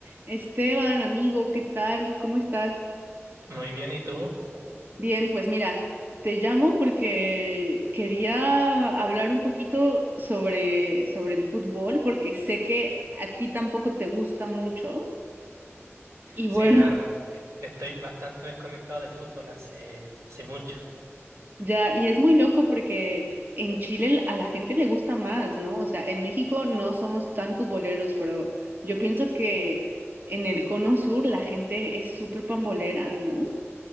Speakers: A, on the right (about 40°); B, on the right (about 80°).
A: Esteban, amigo, ¿qué tal? ¿Cómo estás?
B: Muy bien, ¿y tú?
A: Bien, pues mira, te llamo porque quería hablar un poquito sobre, sobre el fútbol, porque sé que a ti tampoco te gusta mucho. Y
B: Sí,
A: bueno,
B: la verdad, estoy bastante desconectado del fútbol hace, hace mucho.
A: ya, y es muy loco porque en Chile a la gente le gusta más, ¿no? O sea, en México no somos tan futboleros, pero yo pienso que en el cono sur la gente es súper pambolera, ¿no?